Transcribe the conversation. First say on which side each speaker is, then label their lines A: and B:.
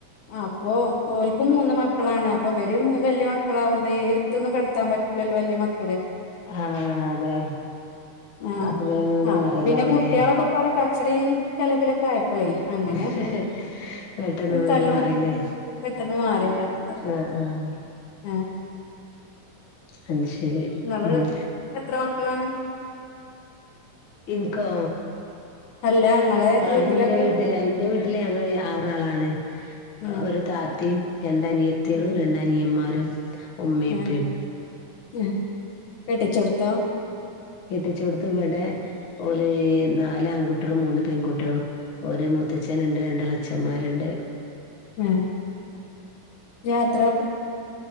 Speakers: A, on the left; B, on the left.
A: അപ്പൊ ഓൾക്ക്ും മൂന്ന് മക്കളാണ് അപ്പൊ അവര് വലിയ മക്കളാവൊണ്ട് എരത്തൊന്നും കിടത്താൻ പറ്റില്ല വല്ല വല്ലെ
B: ആഹ അതെ
A: ആ
B: അപ്പൊ വേഗം വീട്
A: ആ
B: മാറിയതാവൂലേ
A: അപ്പൊ പിന്നെ കുട്ടികളൊക്കെ ഇപ്പടെ കച്ചറിയും കലപ്പിലൊക്കെ ആയപ്പോളെ അങ്ങനെ
B: സഹ വെട്ടന്ന് വീട്
A: തല്ലും
B: മാറില്ലേ
A: പെട്ടെന്ന് മാറിയതാണ്
B: ആഹ ആഹ
A: ആഹ്
B: അത് ശരി
A: നിങ്ങള്
B: ഉ
A: എത്ര മക്കളാ
B: ഇനിക്ക്
A: അല്ല ഇങ്ങളെ
B: ആ
A: വീട്ടിലൊക്കെ
B: എന്റെ വീട്ടില് എന്റെ വീട്ടില് ഞങ്ങള് ആറാളാണ്
A: ഉം
B: ഒരു താത്തിയും രണ്ടനിയത്തിളും
A: ഉം
B: രണ്ടനിയന്മാരും ഉമ്മീഉപ്പേം
A: ഉം ഉം കെട്ടിച്ചെടുത്തോ
B: കെട്ടിച്ച കൊടുത്ത് ഇവിടെ ഒരു നാല് ആൺകുട്ടികളും മൂന്ന് പെൺകുട്ടികളും ഒരു മുത്തച്ഛൻ ഉണ്ട് രണ്ടളെച്ഛന്മാരുണ്ട്
A: ഉം യാത്ര